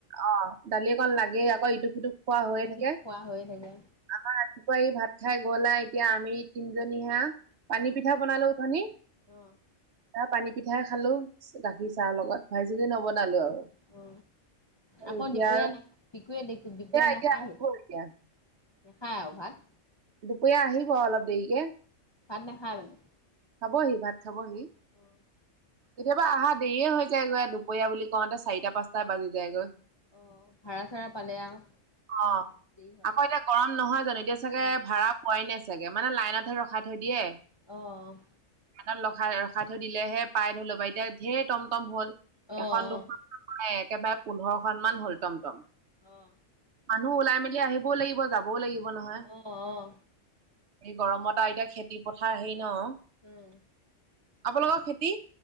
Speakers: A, on the right (about 65°); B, on the left (about 30°).
A: অ দালি অকন লাগেই আকৌ ইটো সিটো খোৱা হৈয়ে
B: ইটো
A: থাকে।
B: সিটো খোৱা হৈয়ে থাকে
A: আমাৰ ৰাতিপুৱা ভাত খাই গ'ল, এতিয়া আমি তিনিজনী হে। পানী
B: অ
A: পিঠা বনালো উঠনি,
B: অ
A: তাত পানী পিঠাই খালো গাখীৰ চাহৰ লগত। ভাঁজি চাজি নবনালো আৰু।
B: অ আকৌ
A: এতিয়া
B: দুপৰীয়া
A: আৰু
B: নাখায়? দিকুৱে দুপৰীয়া নাখায়
A: এতিয়া আহিব
B: হি?
A: এতিয়া
B: নাখায় আৰু ভাত।
A: দুপৰীয়া আহিব অলপ দেৰিকে।
B: পাত ন খায় মানে
A: হাব সি ভাত খাবহি
B: অ',
A: কেতিয়াবা অহা দেৰিয় হৈ যায়গৈ দুপৰীয়া বুলি কওঁতে চাৰিটা পাঁচটা বাজি যায়গৈ
B: অ ভাড়া চাড়া পালে আৰু
A: অ আকৌ
B: দেৰি হয়
A: এতিয়া গৰম নহয় জানো এতিয়া চাগে
B: অ
A: ভাড়া পোৱাই নাছিল চাগে মানে লাইনতহে ৰখাই থৈ দিয়ে
B: অ',
A: ৰখা ৰখাই থৈ দিলেহে পাই ধৰি লব বা এতিয়া ধেৰ টমটম হ'ল
B: অ
A: এখন দুখন
B: অ
A: একেবাৰে পোন্ধৰখনন মান হ'ল টম টম
B: আহ,
A: মানুহ ওলাই মেলি আহিবও লাগিব যাবও লাগিব নহয়।
B: আহ আহ
A: এই গৰমত আৰু এতিয়া খেতি পথাৰ হেৰি ন
B: উম,
A: আপোনালোকৰ খেতি?